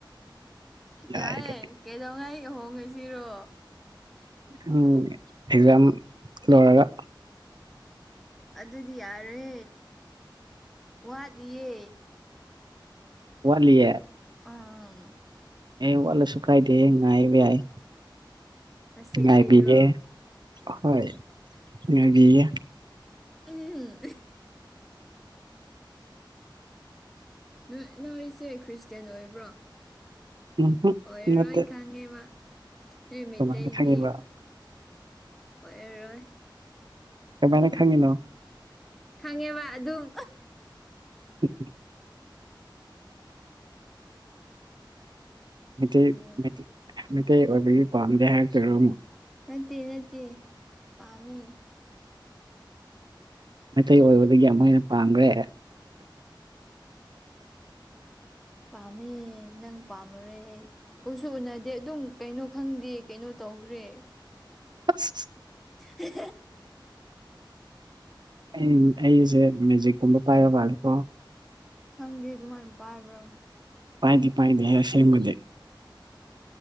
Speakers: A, on the right; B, in the centre.
A: ꯌꯥꯔꯦ
B: ꯌꯥꯏꯌꯦ
A: ꯀꯔꯦ
B: ꯀꯩꯗꯧꯉꯩ ꯍꯣꯡꯉꯁꯤꯔꯣ
A: ꯎꯝ ꯑꯦꯛꯖꯥꯝ ꯂꯣꯏꯔꯒ
B: ꯑꯗꯨꯗꯤ ꯌꯥꯔꯦ ꯋꯥꯠꯂꯤꯌꯦ
A: ꯋꯥꯠꯂꯤꯌꯦ
B: ꯑꯝ
A: ꯑꯦ ꯋꯥꯠꯂꯁꯨꯨꯀꯥꯏꯗꯦꯍꯦ ꯉꯥꯏꯕ ꯌꯥꯏ
B: ꯑꯁꯦꯡꯕꯩꯔꯣ
A: ꯉꯥꯏꯕꯤꯒꯦ ꯍꯣꯏ ꯉꯥꯏꯕꯤꯒꯦ
B: ꯎꯝ ꯅꯣꯏ ꯅꯣꯏꯁꯦ ꯈ꯭ꯔꯤꯁꯇ꯭ꯌꯦꯟ ꯑꯣꯏꯕ꯭ꯔꯣ
A: ꯎꯝꯍꯨꯝ
B: ꯑꯣꯏꯔꯔꯣꯏ
A: ꯅꯠꯇꯦ
B: ꯈꯪꯉꯦꯕ ꯑꯦ ꯃꯩꯇꯩꯗꯤ
A: ꯀꯃꯥꯏꯅ ꯈꯪꯉꯤꯕ
B: ꯑꯣꯏꯔꯔꯣꯏ
A: ꯀꯃꯥꯏꯅ ꯈꯪꯉꯤꯅꯣ
B: ꯈꯪꯉꯦꯕ ꯑꯗꯨꯝ
A: ꯎꯝ ꯃꯩꯇꯩ
B: ꯈꯪꯉꯦꯕ
A: ꯃꯩꯇꯩ ꯑꯣꯏꯕꯒꯤ ꯄꯥꯝꯗꯦ ꯍꯥꯏꯔꯛꯇꯣꯏꯔ ꯑꯃꯨꯛ
B: ꯅꯠꯇꯦ ꯅꯠꯇꯦ ꯄꯥꯝꯃꯤ
A: ꯃꯩꯇꯩ ꯑꯣꯏꯕꯗꯒꯤ ꯑꯃꯨꯛ ꯍꯦꯟꯅ ꯄꯥꯝꯈ꯭ꯔꯦ
B: ꯄꯥꯝꯃꯦ ꯅꯪ ꯄꯥꯝꯂꯨꯔꯦ ꯑꯩ ꯎꯁꯨ ꯎꯅꯗꯦ ꯑꯗꯨꯝ ꯀꯩꯅꯣ ꯈꯪꯗꯦ ꯀꯩꯅꯣ ꯇꯧꯈ꯭ꯔꯦ
A: ꯁꯤ ꯁꯤ
B: ꯍꯦ ꯍꯦ
A: ꯑꯩ ꯑꯩꯁꯦ ꯃꯦꯖꯤꯛꯀꯨꯝꯕ ꯄꯥꯏꯕ ꯃꯥꯂꯀꯣ
B: ꯈꯪꯗꯦ ꯑꯗꯨꯃꯥꯏꯅ ꯄꯥꯏꯕ꯭ꯔꯥ
A: ꯄꯥꯏꯗꯤ ꯄꯥꯏꯗꯤ ꯍ ꯑꯁꯤꯦ ꯃ